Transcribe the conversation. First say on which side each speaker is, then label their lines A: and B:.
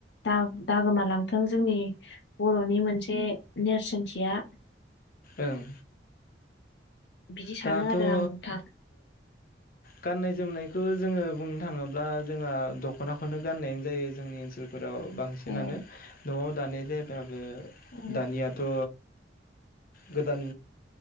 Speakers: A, on the left (about 75°); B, on the left (about 55°).
A: दा दा गोमालांथों जोंनि बर'नि मोनसे नेरसोनथिया
B: ओं।
A: बिदि सानो
B: दाथ'
A: आरो
B: ओ
A: आं नोंथां
B: गाननाय जोमनायखौ जोङो बुंनो थाङोब्ला जोंहा दख'नाखौनो गाननायानो जायो जोंनि ओनसोल फोराव बांसिनानो
A: औ
B: न'आव दानाय जायबाबो
A: औ
B: दानियाथ' गोदान